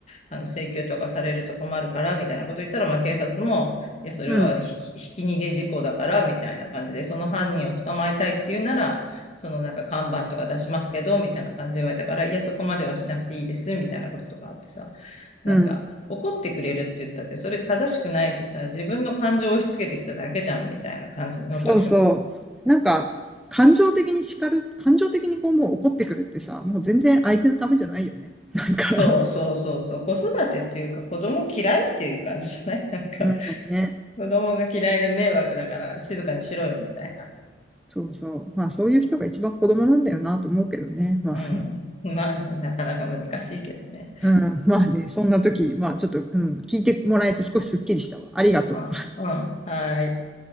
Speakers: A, on the left; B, in the centre.
A: あの、請求とかされると困るから、みたいなこと言ったら、まあ、警察も、いや、それはひ、
B: うん、
A: ひひき逃げ事故だから、みたいな感じで、その犯人を捕まえたいっていうなら、そのなんか、看板とか出しますけど、みたいな感じで言われたから、いや、そこまではしなくていいです、みたいなこととかあってさ、なんか、
B: うん。
A: 怒ってくれるって言ったって、それ正しくないしさ、自分の感情を押し付けてきただけじゃん、みたいな感じの時と
B: そうそう。なんか、感情的に叱る、感情的にこうもう怒ってくるってさ、もう全然相手のためじゃないよね。なんか、
A: そうそうそうそう。子育てっていうか子供嫌いっていう感じじゃない <laughs> なんか、
B: うん、ね。
A: 子供が嫌いで迷惑だから静かにしろよみたいな。
B: そうそう。まあそういう人が一番子供なんだよなと思うけどね。まあ、
A: うん。まあね、なかなか難しいけどね。
B: うん、まあね、そんな時、まあちょっと、うん、聞いてもらえて少しすっきりしたわ。ありがとう。
A: うん。うん。はーい。